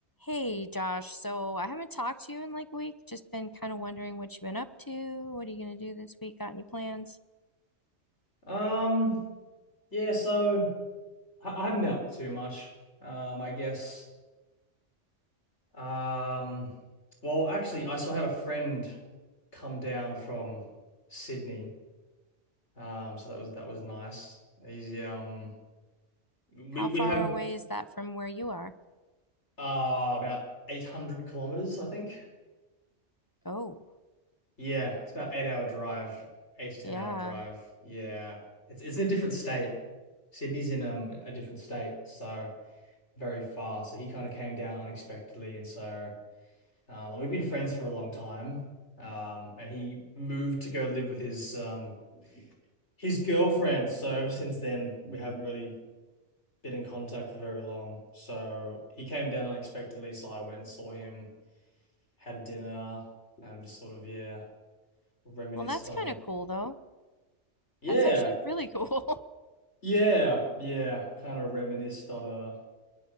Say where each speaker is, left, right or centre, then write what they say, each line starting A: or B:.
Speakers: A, on the left; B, on the left.
A: Hey Josh, so I haven't talked to you in like a week. Just been kind of wondering what you've been up to. What are you going to do this week? Got any plans?
B: Um, yeah, so I I haven't been up too much. Um, I guess. Um, well, actually, I still had a friend come down from Sydney. Um, so that was that was nice. He's um, we
A: How
B: we
A: far
B: have
A: away is that from where you are?
B: uh about 800 kilometers, I think.
A: Oh,
B: Yeah, it's about eight hour drive, eight to ten
A: yeah.
B: hour drive. Yeah, it's it's in a different state. Sydney's in um a different state, so. very fast. So he kind of came down unexpectedly, and so um, we've been friends for a long time. Um, and he moved to go live with his um his girlfriend. So ever since then, we haven't really been in contact for very long. So he came down unexpectedly, so I went and saw him, had dinner, and just sort of yeah, reminisced
A: Well, that's
B: on
A: kind of cool though.
B: yeah.
A: That's actually really cool.
B: Yeah, yeah, kind of reminisced on uh